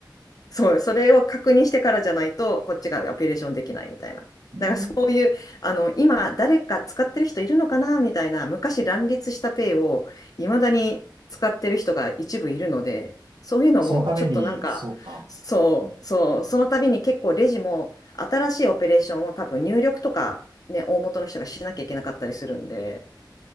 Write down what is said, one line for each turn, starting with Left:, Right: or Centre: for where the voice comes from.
Left: そう、それを確認してからじゃないと、こっちがアピレーションできないみたいな。
Right: うん
Left: だからそういう、あの、今、誰か使ってる人いるのかなみたいな、昔乱立したペイを、いまだに使ってる人が一部いるので、そういうのも、
Right: そのために、
Left: ちょっとなんか、
Right: そうか。
Left: そう、
Right: うん
Left: そう、その度に結構レジも、新しいオペレーションを多分入力とか、ね、大元の人がしなきゃいけなかったりするんで、